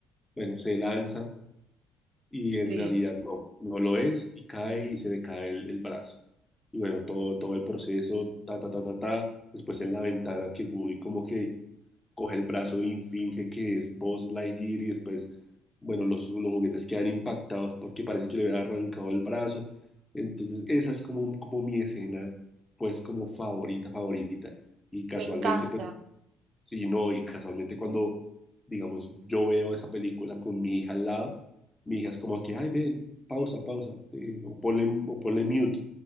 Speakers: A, on the left (about 15°); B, on the right (about 60°).
A: bueno, se lanza y en
B: sí.
A: realidad no, no lo es y cae y se le cae el, el brazo. Y bueno, todo, todo el proceso, ta, ta, ta, ta, ta, después en la ventana que Woody como que coge el brazo y finge que es Buzz Lightyear y después, bueno, los, los juguetes quedan impactados porque parece que le había arrancado el brazo. Entonces, esa es como, como mi escena, pues como favorita, favorita. Y casualmente,
B: Me encanta.
A: pues Sí, no, y casualmente cuando, digamos, yo veo esa película con mi hija al lado, mi hija es como aquí, ay, ven, pausa, pausa, eh, o ponle, o ponle mute,